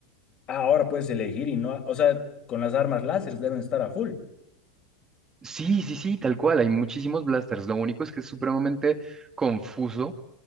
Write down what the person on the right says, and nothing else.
Sí, sí, sí, tal cual, hay muchísimos blasters. Lo único es que es supremamente confuso